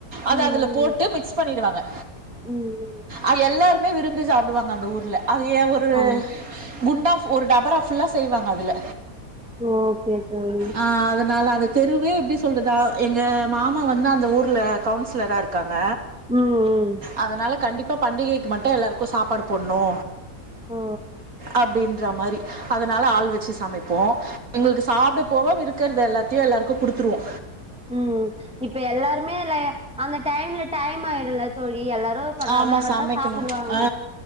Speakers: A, on the right; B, in the centre.
A: அத
B: ம்
A: அதுல
B: ம்
A: போட்டு மிக்ஸ் பண்ணிடுவாங்க
B: ம் ம்
A: அது எல்லாருமே விரும்பி சாப்பிடுவாங்க அந்த ஊர்ல அது ஏ ஒரு
B: ஆ
A: குண்டாஃப் ஒரு டபரா ஃபுல்லா செய்வாங்க அதுல
B: ஓகே தோழி
A: அ அதனால அந்த தெருவே எப்டி சொல்றது எங்க மாமா வந்து அந்த ஊரில கவுன்சிலரா இருக்காங்க
B: ம் ம்
A: அதனால கண்டிப்பா பண்டிகைக்கு மட்டு எல்லாருக்கு சாப்பாடு போடணு
B: ஓ
A: அப்டின்ற மாரி அதனால ஆள் வெச்சு சமைப்போ எங்களுக்கு சாப்ட போவ இருக்கறது எல்லாத்தயு எல்லாருக்கு குடுத்துருவோ
B: ம் இப்ப எல்லாருமே ல அந்த டைம்ல டைம் ஆயிடல தோழி எல்லாரு ரவ
A: ஆமா
B: ரவத்தா
A: சமைக்கணு
B: சாப்புடுவாங்க
A: ஆ